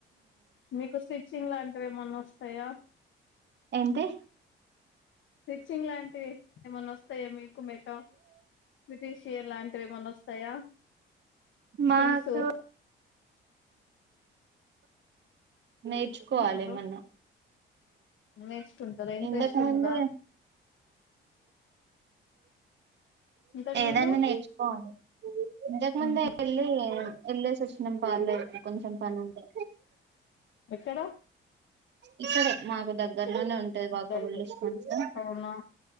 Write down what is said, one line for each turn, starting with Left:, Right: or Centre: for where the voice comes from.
Left: మీకు స్టిచ్చింగ్ లాంటివి ఏమన్నా వస్తాయా
Right: ఎంటీ
Left: రిచ్చింగ్ లాంటివి ఏమన్నా వస్తాయా మీకు మెటా బ్రిటిషియన్ లాంటివి ఏమనా వస్తాయా
Right: మాకు
Left: స్కిల్స్
Right: నేర్చుకోవాలేమన్న
Left: హలో నేర్చుకుంటారా ఇంట్రెస్ట్
Right: ఇంతకుముందె
Left: ఉందా ఇంతకు
Right: ఏదన్నా
Left: ముందు
Right: నేర్చుకోవాలి ఇంతకు ముందే
Left: ఉహు
Right: వెళ్ళి వెళ్లేసి వచ్చినం పార్లర్ కి కొంచెం పనుండే
Left: ఎక్కడ
Right: ఇక్కడ మాకు దగ్గర లోనే ఉంటది వాకబుల్
Left: మీ దగ్గర
Right: డిస్టెన్స్ లో
Left: అవునా